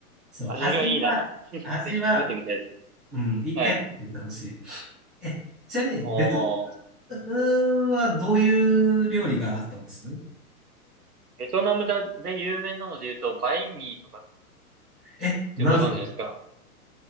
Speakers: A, in the centre; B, on the right.
A: そう、
B: 味がいいなら、
A: 味は、味は、
B: ぜひ食べてみたいですね。
A: うん、一回食べてみてほしい。
B: はい。
A: え、ちなみに、
B: おー、
A: ベトナムはどういう料理があったんです
B: ベトナムだ、で有名なので言うと、バインミーとかっ
A: え、なんですか
B: てご存知ですか